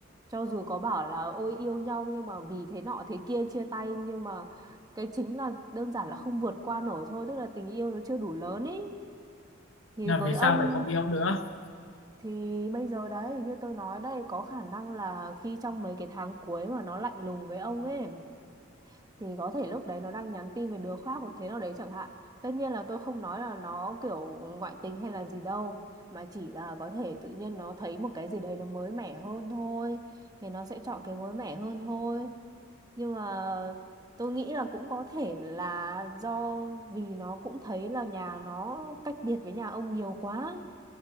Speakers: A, on the right (about 20°); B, on the left (about 70°).
A: Cho dù có bảo là ôi yêu nhau nhưng mà vì thế nọ thế kia chia tay nhưng mà cái chính là đơn giản là không vượt qua nổi thôi, tức là tình yêu nó chưa đủ lớn ý. Thì
B: nhưng
A: với
B: mà vì
A: ông
B: sao lại không yêu nữa
A: thì bây giờ đấy như tôi nói đây có khả năng là khi trong mấy cái tháng cuối mà nó lạnh lùng với ông ấy thì có thể lúc đấy nó đang nhắn tin về đứa khác hoặc thế nào đấy chẳng hạn tất nhiên là tôi không nói là nó kiểu ngoại tình hay là gì đâu mà chỉ là có thể tự nhiên nó thấy một cái gì đấy nó mới mẻ hơn thôi thì nó sẽ chọn cái mới mẻ hơn thôi nhưng mà tôi nghĩ là cũng có thể là do vì nó cũng thấy là nhà nó cách biệt với nhà ông nhiều quá